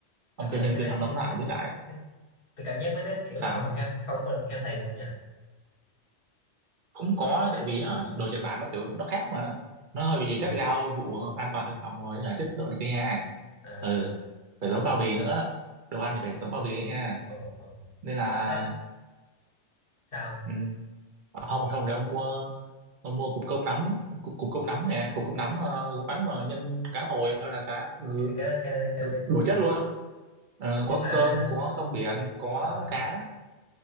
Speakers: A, on the right; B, on the left.
A: ông
B: mà
A: kêu
B: kiểu mấy
A: nhân
B: cái
A: viên
B: đấy
A: hâm nóng lại với lại
B: mấy- tôi cảm giác mấy đấy kiểu
A: sao
B: không được heo, không có được healthy ông nhỉ
A: cũng có tại vì hả, đồ Nhật Bản nó kiểu nó khác mà nó hơi bị
B: ừ.
A: gắt gao vụ an toàn thực phẩm rồi hả, chất lượng này kia nha
B: à
A: ừ phải giống bao bì nữa đồ ăn thì phải giống bao bì ấy nha
B: ờ, ờ. ờ.
A: nên là
B: thế sao
A: ừ. không không thì ông mua ông mua cục cơm nắm cục, cục cơm nắm nè cục cơm nắm ờ, gói mà nhân cá hồi hay là cá ngừ
B: cái cái đó cái đó biết, cái
A: đủ
B: đó biết
A: đủ chất luôn Ờ,
B: nhưng
A: có
B: mà
A: cơm có rong biển có
B: ờ,
A: cá